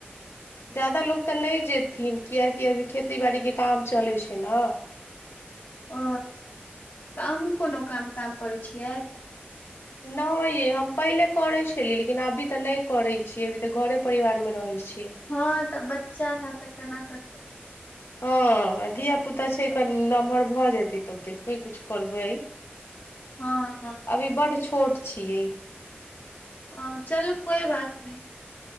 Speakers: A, on the left; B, on the left.
A: जादा लोक तऽ नय जेथिन कियकि अभी खेती बाड़ी के काम चलै छै न।
B: ओ, तऽ अहूँ कोनो काम ताम करै छियै?
A: नहि यइ हम पहिले करैत छलियै लेकिन अभी तऽ नहि करैत छीियै अभी तऽ घरे परिवारमे रहैत छी
B: हँ तऽ बच्चा है तऽ केना करबे
A: हँ धियापुता छै क नमहर भऽ जतै तब देखबै कछु करबै
B: हँ हँ
A: अभी बड छोट छियै
B: अ चलु कोइ बात नय